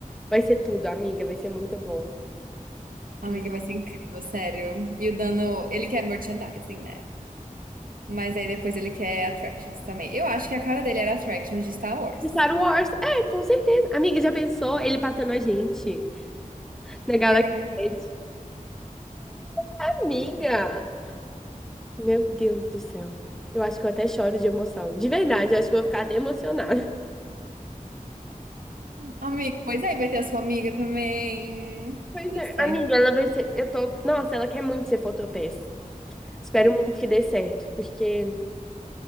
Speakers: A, in the centre; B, on the right.
A: Vai ser tudo, amiga. Vai ser muito bom.
B: Amiga,
A: Ju-
B: vai ser incrível, sério. E o Dano, ele quer merchandising, né? Mas aí depois ele quer Attractions também. Eu acho que a cara dele era Attractions de Star Wars.
A: Star Wars, é, com certeza. Amiga, já pensou ele passando a gente na Galaxy
B: Né, Ryan?
A: Edge? Amiga! Meu Deus do céu. Eu acho que eu até choro de emoção. De verdade, eu acho que eu vou ficar até emocionada. <laughs>
B: Amiga, pois aí vai ter a sua amiga também.
A: Pois
B: Vai
A: é,
B: dar certo.
A: amiga, ela vai ser. Eu tô. Nossa, ela quer muito ser fotopeça. Espero muito que dê certo, porque